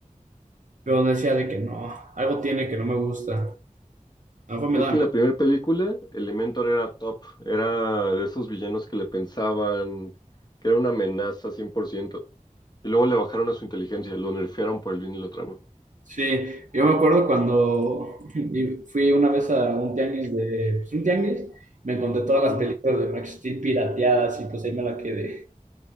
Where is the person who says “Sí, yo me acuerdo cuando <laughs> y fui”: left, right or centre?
Right